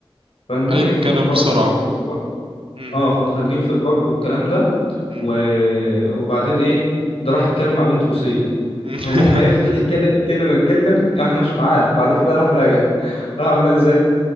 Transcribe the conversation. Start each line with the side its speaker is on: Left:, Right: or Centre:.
Left: فالمهم
Right: ايوه
Left: ايه
Right: بيتكلم
Left: كنا في مره
Right: بسرعة
Left: خارجين في البارك
Right: امم
Left: اه كنا خارجين في البارك والكلام ده
Right: امم
Left: و... وبعدين ايه ده
Right: امم
Left: راح اتكلم مع بنت روسيه
Right: <laughs>
Left: فالمهم ايه فضل يتكلم يتكلم يتكلم احنا مش معاه وبعد كده راح راجع <laughs> راح قال لها ازاي